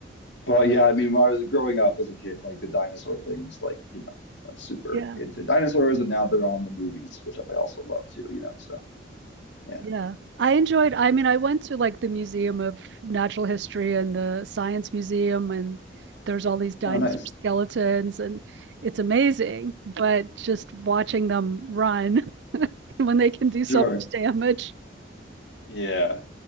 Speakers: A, on the left; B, on the right.
A: but yeah, I mean, when I was growing up as a kid, like the dinosaur thing was like, you know, I'm super
B: Yeah.
A: into dinosaurs, and now they're on the movies, which I also love too, you know. So yeah.
B: Yeah, I enjoyed. I mean, I went to like the Museum of Natural History and the Science Museum, and there's all these dinosaur
A: Oh, nice.
B: skeletons, and it's amazing. But just watching them run <laughs> when they can do so
A: Sure.
B: much damage,
A: Yeah.